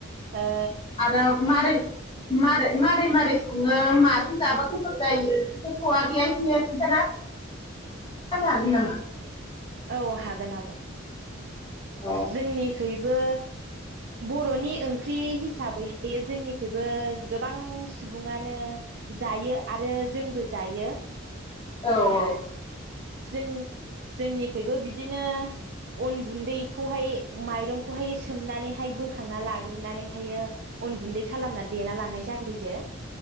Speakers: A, on the right (about 55°); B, on the left (about 25°).
A: ओ।
B: आरो मारै मारै मारोरै मारोरै सङो माजों जाबा गोथौ जायो फोरखौ आगैया एसे खिथाना जानो हागोन नामा?
A: औ हागोन आब'।
B: औ
A: जोंनि खैबो बर'नि ओंख्रि हिसाबै जोंनिखैबो गोबां सुबुङानो जायो आरो जोंबो जायो।
B: औ औ
A: जों-जोंनिखबो बिदिनो अन गुन्दैखौहाय माइरंखौहाय सोमनानैहाय बोखांना लाग्रोनानैहाय अन गुन्दै खालामना देना लानाय जाग्रोयो